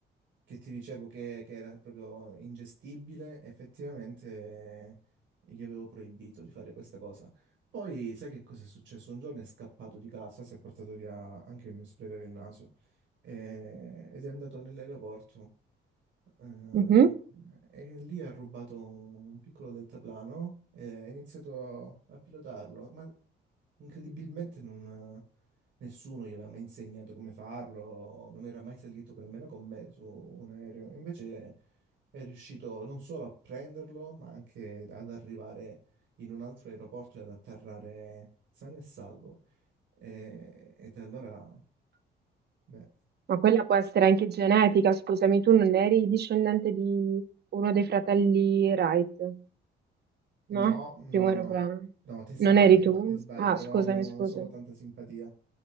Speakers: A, on the right; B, on the right.
A: che ti dicevo che, che era proprio ingestibile, effettivamente eh, gli avevo proibito di fare questa cosa. Poi, sai che cosa è successo? Un giorno è scappato di casa, si è portato via anche il mio spray per il naso eh, ed è andato nell'aeroporto. Eh,
B: Mhm.
A: e lì ha rubato un piccolo deltaplano e ha iniziato a, a pilotarlo, ma incredibilmente non- nessuno gli aveva mai insegnato come farlo, non era mai salito con- nemmeno con me su un aereo. Invece è riuscito non solo a prenderlo, ma anche ad arrivare in un altro aeroporto e ad atterrare sano e salvo. E, e da allora, beh,
B: Ma quella può essere anche genetica, scusami, tu non eri discendente di uno dei fratelli Wright,
A: No,
B: no?
A: no,
B: Primo aeroplano.
A: no, no, ti sbagli,
B: Non eri tu?
A: ti sbagli,
B: Ah,
A: provavamo
B: scusami, scusami.
A: solo tanta simpatia,